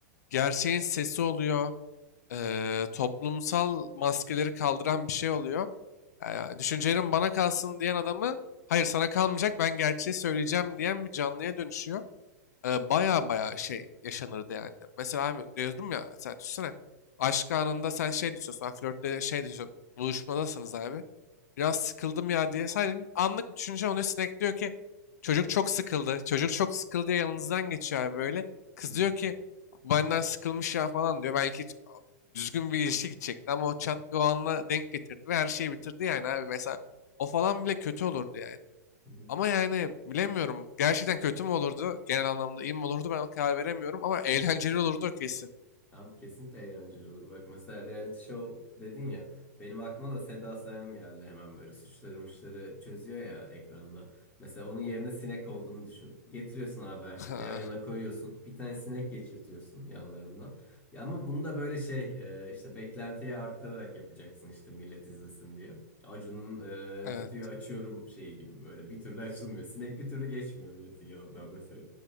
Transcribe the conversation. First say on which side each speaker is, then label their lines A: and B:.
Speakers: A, on the left; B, on the left.
A: Gerçeğin sesi oluyor eee, toplumsal maskeleri kaldıran bir şey oluyor. Yani düşüncelerin bana kalsın diyen adamı hayır sana kalmayacak ben gerçeği söyleyeceğim diyen bir canlıya dönüşüyor. Eee, baya baya şey yaşanırdı yani. Mesela abi diyorum ya sen düşünsene aşk anında sen şey diyorsun flörtte şey diyorsun buluşmadasınız abi biraz sıkıldım ya diye. Sadece anlık bir düşünce oluyor. Sinek diyor ki çocuk çok sıkıldı. Çocuk çok sıkıldı diye yanınızdan geçiyor abi böyle. Kız
B: Hı hı.
A: diyor ki benden sıkılmış ya falan diyor. Belki hiç- düzgün bir ilişki gidecekti ama o çat o anla denk getirdi ve her şeyi bitirdi yani abi. Mesela o falan bile kötü olurdu yani.
B: Hı hı.
A: Ama yani bilemiyorum. Gerçekten kötü mü olurdu? Genel anlamda iyi mi olurdu? Ben karar veremiyorum ama eğlenceli olurdu o kesin.
B: Abi kesinlikle eğlenceli olur. Bak mesela reality show dedin ya. Benim aklıma da Seda Sayan geldi hemen böyle suçları muçları çözüyor ya ekranda. Mesela onun yerine sinek olduğunu düşün. Getiriyorsun abi herkesi
A: <laughs>
B: yan yana koyuyorsun. Bir tane sinek geçirtiyorsun yanlarından. Ya ama bunu da böyle şey e, işte beklentiyi arttırarak yapacaksın işte millet izlesin diye. Acun'un
A: Evet.
B: e, kutuyu açıyorum şeyi gibi böyle bir türlü açılmıyor. Sinek bir türlü geçmiyor milletin yanından mesela.